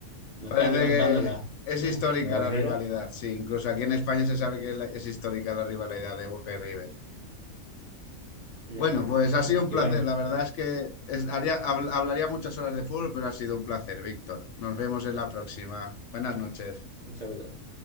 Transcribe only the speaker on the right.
no
están levantando
la,
la,
la barrera,
la-
así
que
bueno,
un saludo.